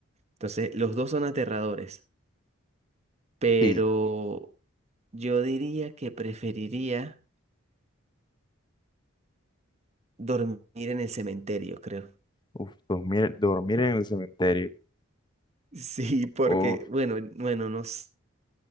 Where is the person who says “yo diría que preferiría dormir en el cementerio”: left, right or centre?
Right